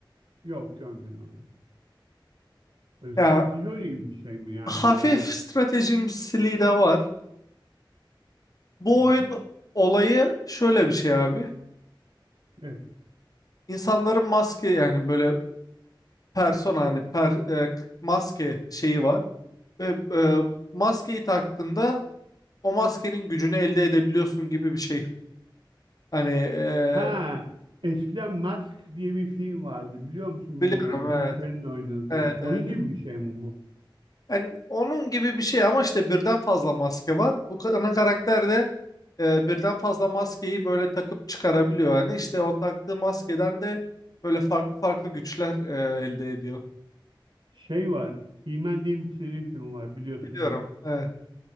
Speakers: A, on the right; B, on the left.
A: Yok görmedim abi. Böyle
B: Ya
A: strateji oyunu gibi bir şey mi yani
B: hafif
A: böyle hani
B: stratejimsiliği de var. Bu
A: Hı
B: oyun
A: hı.
B: olayı şöyle bir şey abi.
A: Evet.
B: İnsanların maske yani böyle persona hani per, e, k- maske şeyi var. Ve e, maskeyi taktığında o maskenin gücünü elde edebiliyorsun gibi bir şey. Hani e,
A: Ha, eskiden Mask diye bir film vardı. Biliyor musun
B: biliyorum
A: bilmiyorum. Jim
B: evet.
A: Carrey'in oynadığı.
B: Evet
A: Onun
B: evet.
A: gibi bir şey mi bu?
B: Yani onun gibi bir şey ama işte birden fazla maske var. Bu ka- ana karakter de e, birden fazla maskeyi böyle takıp çıkarabiliyor. Yani işte o taktığı maskeden de böyle farklı farklı güçler e, elde ediyor.
A: Şey var. He-Man diye bir çizgi film var biliyorsundur.
B: Biliyorum. Evet.